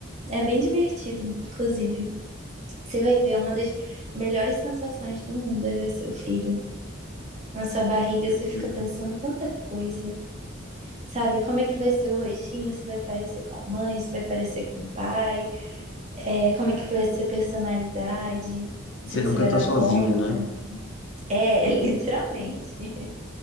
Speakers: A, on the right; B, on the left.
A: É bem divertido, inclusive. Você vai ver uma das melhores sensações do mundo é ver seu filho. Na sua barriga
B: Com
A: você
B: Certeza.
A: fica pensando tanta coisa, sabe? Como é que vai ser o rostinho? Se vai parecer com a mãe, se vai parecer com o pai, é, como é que vai ser a personalidade,
B: E
A: se
B: você
A: você
B: nunca
A: vai
B: tá
A: dar
B: sozinha,
A: conta.
B: né?
A: É, literalmente. <laughs>